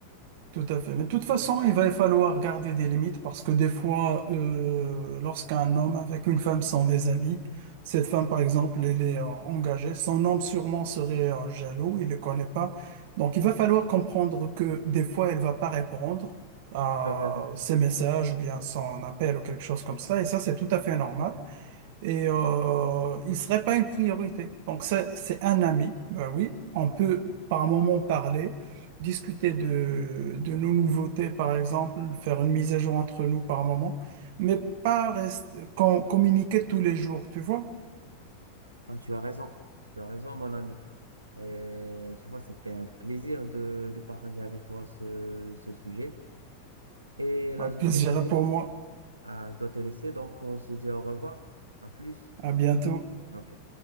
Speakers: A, on the right; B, on the right.
A: Tout à fait. Mais de toute façon, il va falloir garder des limites parce que des fois, euh, lorsqu'un homme avec une femme sont des amis, cette femme, par exemple, elle est euh, engagée, son homme sûrement serait euh, jaloux, il ne le connaît pas. Donc, il va falloir comprendre que des fois, elle va pas répondre à
B: Tu as raison.
A: ses messages ou bien son appel ou quelque chose comme ça. Et ça, c'est tout à fait normal et euh, il serait pas une priorité. Donc c'est c'est un ami, ben oui, on peut par moment parler, discuter de, de nos nouveautés par exemple, faire une mise à jour entre nous par moment, mais pas rester, com- communiquer tous les jours, tu vois.
B: Ah, tu as raison. Tu as raison, mon ami. Et tu vois, c'était un plaisir de, de partager avec toi ce, ce sujet. Et là,
A: Un plaisir
B: je dois te
A: est
B: laisser.
A: pour moi.
B: Ah, je dois te laisser, donc on se dit au revoir. À plus.
A: À bientôt.
B: Ok.